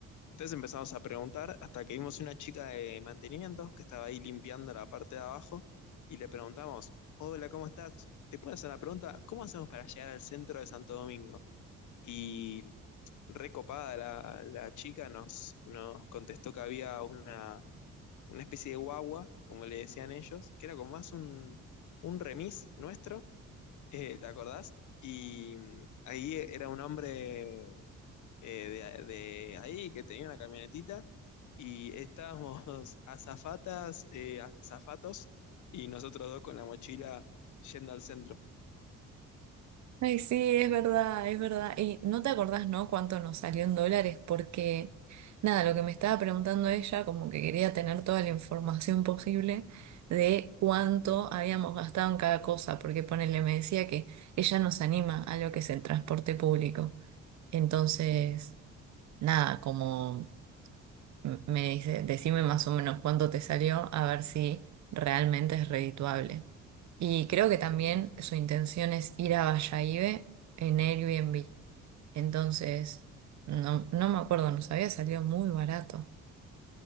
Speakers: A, on the left (about 75°); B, on the right (about 65°).
A: Entonces empezamos a preguntar hasta que vimos una chica de mantenimiento que estaba ahí limpiando la parte de abajo y le preguntamos, hola, ¿cómo estás? ¿Te puedo hacer una pregunta? ¿Cómo hacemos para llegar al centro de Santo Domingo? Y recopada la, la chica nos, nos contestó que había una, una especie de guagua, como le decían ellos, que era como más un, un remis nuestro, eh, ¿te acordás? Y mm, ahí era un hombre eh, de, de ahí que tenía una camionetita y estábamos <laughs> azafatas, eh, azafatos y nosotros dos con la mochila yendo al centro.
B: Ay, sí, es verdad, es verdad. Y no te acordás, ¿no? Cuánto nos salió en dólares, porque nada, lo que me estaba preguntando ella, como que quería tener toda la información posible de cuánto habíamos gastado en cada cosa, porque ponele, me decía que ella nos anima a lo que es el transporte público. Entonces, nada, como M- Me dice, decime más o menos cuánto te salió, a ver si realmente es redituable. Y creo que también su intención es ir a Bayahibe en Airbnb. Entonces, no, no me acuerdo, nos había salido muy barato.